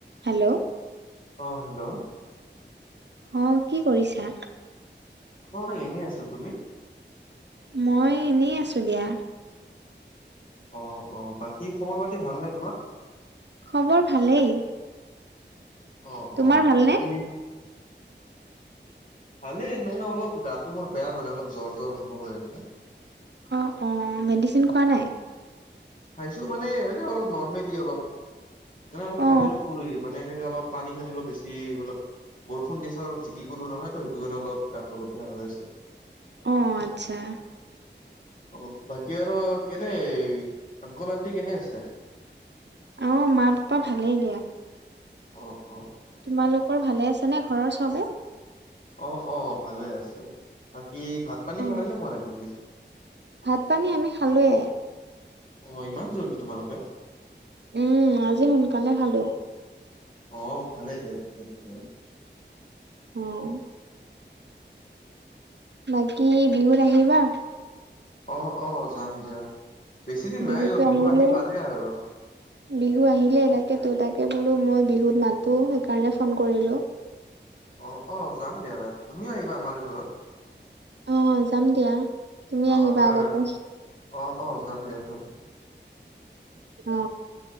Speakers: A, on the right; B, on the left.
A: হেল্ল'!
B: অ হেল্ল'।
A: অ কি কৰিছা?
B: অ এনেই আছো, তুমি?
A: মই এনেই আছো দিয়া।
B: অ অ বাকী খবৰ পাতি ভাল নাই তোমাৰ?
A: খবৰ ভালেই।
B: অ
A: তোমাৰ
B: অ
A: ভালনে?
B: বাকী ভালে এ ন অলপ গাটো মোৰ বেয়া মানে অলপ জ্বৰ জৰ অনুভৱ হৈ আছে।
A: অ অ মেডিচিন খোৱা নাই?
B: খাইছো মানে এনে অলপ নৰ্মেলি অলপ মানে অলপ
A: অ
B: কান্দি অলপ ফুল মানে সেনেকে অলপ পানী চানী অলপ বেছি অলপ বৰষুণ দিছে অলপ জিকি কলো নহয় তো সেইটো কাৰণে অলপ গাতটো অলপ বেয়া হৈ আছে।
A: অ আচ্ছা।
B: অ বাকী আৰু কেনে আংকল- আণ্টি কেনে আছে?
A: আহ মা পাপা ভালেই দিয়া।
B: অ। অ ঠিকে।
A: তোমালোকৰ ভালে আছে নে ঘৰৰ চবে?
B: অ অ ভালে আছে, বাকী ভাত পানী
A: অ
B: খালে নে খোৱা নাই তুমি?
A: ভাত পানী আমি খালোৱে।
B: অ ইমান জলদী তোমালোকে?
A: উম আজি সোনকালে খালো।
B: অ ভালেই দিয়া ঠিকে তেতিয়া হলে।
A: উম। বাকী বিহুত আহিবা?
B: অ অহ যাম দিয়া, বেছিদিন
A: বিহুতো
B: নাই অ বিহু
A: আহিলে
B: আহি পালে আৰু।
A: বিহু আহিলে তাকেতো তাকে বোলো মই বিহুত নাতো সেইকাৰণে ফোন কৰিলো।
B: অ অ যাম দিয়া তুমিও আহিবা আমাৰ ঘৰত?
A: আহ যাম দিয়া তুমি
B: অ
A: আহিবা
B: আমাৰ
A: আগতে।
B: অ অ যাম দিয়া যাম।
A: অ